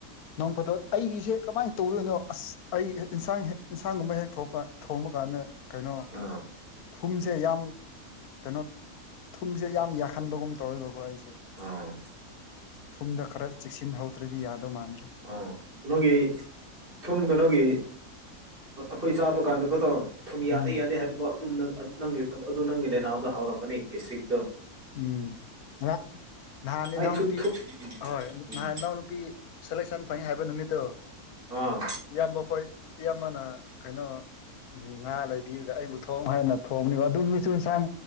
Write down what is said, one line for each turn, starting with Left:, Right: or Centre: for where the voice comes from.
Left: ꯅꯣꯡ ꯐꯇꯣꯠ ꯑꯩꯒꯤꯁꯦ ꯀꯃꯥꯏꯅ ꯇꯧꯗꯣꯏꯅꯣ ꯑꯁ ꯑꯩ ꯏꯟꯁꯥꯡꯥꯡ ꯑꯗꯨꯒꯒꯨꯝꯕ ꯍꯦꯛ ꯊꯣꯛꯄ ꯊꯣꯡꯕ ꯀꯥꯟꯗ ꯀꯩꯅꯣ
Right: ꯑꯥ
Left: ꯊꯨꯝꯁꯦ ꯌꯥꯝ ꯀꯩꯅꯣ ꯊꯨꯝꯁꯦ ꯌꯥꯝ ꯌꯥꯍꯟꯕꯒꯨꯝ ꯇꯧꯋꯦꯕꯀꯣ ꯑꯩꯦ
Right: ꯑꯥ
Left: ꯊꯨꯝꯗ ꯈꯔ ꯆꯦꯛꯁꯤꯟꯍꯧꯗ꯭ꯔꯗꯤ ꯌꯥꯗꯧ ꯃꯥꯟꯗꯦ
Right: ꯑꯣ ꯅꯒꯤ ꯊꯨꯝꯨꯝ ꯀ ꯅꯣꯒꯤ ꯑꯩꯈꯣꯏ ꯆꯥꯕ ꯀꯥꯟꯗꯒ ꯇꯧ ꯊꯨꯝ ꯌꯥꯗꯦ
Left: ꯎꯝ
Right: ꯌꯥꯗꯦ ꯍꯥꯏꯕꯀꯣ ꯑꯗꯨꯝꯅꯪ ꯅꯪ ꯑꯗꯨ ꯅꯪꯒꯤ ꯂꯦꯅꯥꯗꯣ ꯍꯧꯔꯛꯀꯅꯤ ꯀꯦꯁꯔꯤꯛꯇꯣ
Left: ꯎꯝ ꯑ
Right: ꯑꯩ
Left: ꯅꯎ
Right: ꯊꯨ
Left: ꯅꯨꯄꯤ
Right: ꯊꯨ
Left: ꯍꯣꯏ
Right: ꯎꯝ
Left: ꯅꯎ ꯅꯨꯄꯤ ꯁꯂꯦꯛꯁꯟ ꯐꯪ ꯍꯥꯏꯕ ꯅꯨꯃꯤꯠꯇꯣ
Right: ꯑꯥ
Left: ꯏꯌꯥꯝꯕ ꯍꯣꯏ ꯏꯌꯥꯝꯕꯅ ꯀꯩꯅꯣ ꯎꯝ ꯉꯥ ꯂꯩꯕꯤꯌꯦꯗ ꯑꯩꯕꯨ ꯊꯣꯡ ꯍꯥꯏꯅ ꯊꯣꯡꯝꯅꯦꯕ ꯑꯗꯨ ꯃꯤꯆꯨ ꯏꯟꯁꯥꯡ